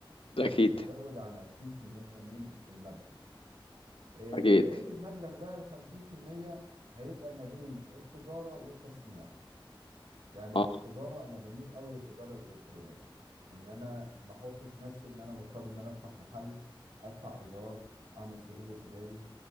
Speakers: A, on the left; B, on the right.
A: ده
B: فمش
A: اكيد
B: هزود عن 20% من المبلغ آه،
A: اكيد
B: بقية المبلغ بقى ال 50% هيبقى ما بين التجارة والتصنيع يعني
A: اه
B: التجارة انا بميل قوي للتجارة الالكترونية ان انا ما احطش نفسي ان انا مضطر ان انا افتح محل ادفع ايجار اعمل سجل تجاري